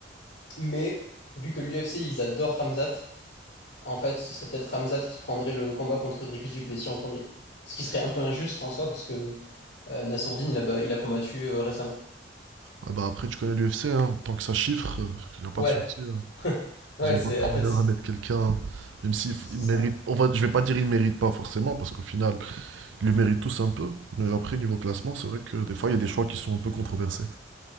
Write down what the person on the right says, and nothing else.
ouais, bah après tu connais l'UFC, hein, tant que ça chiffre, il n'y a pas
de souci. hein.
Ils ont
pas de problème
à mettre quelqu'un, même s'il f-
il mérite.
On va, je vais pas dire il mérite pas forcément, parce qu'au final, ils le méritent tous un peu. Mais après, niveau classement, c'est vrai que des fois, il y a des choix qui sont un peu controversés.